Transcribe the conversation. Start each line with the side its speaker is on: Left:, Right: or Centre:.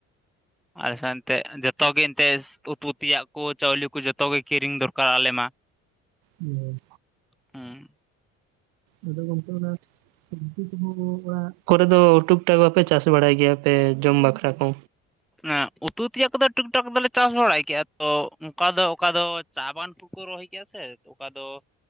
Centre: ᱟᱞᱮ ᱫᱚ ᱮᱱᱛᱮᱜ ᱡᱚᱛᱚ ᱜᱮ ᱮᱱᱛᱮᱜ ᱩᱛᱩ ᱛᱮᱭᱟᱜ ᱠᱚ ᱪᱟᱹᱣᱞᱤ ᱠᱚ ᱡᱚᱛᱚ ᱜᱮ ᱠᱤᱨᱤᱧ ᱫᱚᱨᱠᱟᱨ ᱟᱞᱮ ᱢᱟ
Right: ᱦᱮᱸ
Centre: ᱦᱮᱸᱻ
Right: ᱟᱫᱚ ᱜᱚᱢᱠᱮ ᱚᱱᱟ <unintelligible> ᱚᱲᱟᱜ ᱠᱚᱨᱮ ᱫᱚ ᱩᱴᱩᱠ-ᱴᱟᱠ ᱵᱟᱯᱮ ᱪᱟᱥ ᱵᱟᱲᱟᱭ ᱜᱮᱭᱟᱯᱮ ᱡᱚᱢ ᱵᱟᱠᱷᱨᱟ ᱠᱚ
Centre: ᱮᱸᱻ ᱩᱛᱩ ᱛᱮᱭᱟᱜ ᱠᱚᱫᱚ ᱴᱩᱠ-ᱴᱟᱠ ᱫᱚᱞᱮ ᱪᱟᱥ ᱵᱟᱲᱟᱭ ᱛᱚ ᱚᱱᱠᱟ ᱫᱚ ᱚᱠᱟ ᱫᱚ ᱪᱟ ᱵᱟᱝ ᱩᱛᱩ ᱠᱚ ᱨᱚᱦᱚᱭ ᱠᱮᱭᱟ ᱥᱮ ᱚᱠᱟ ᱫᱚ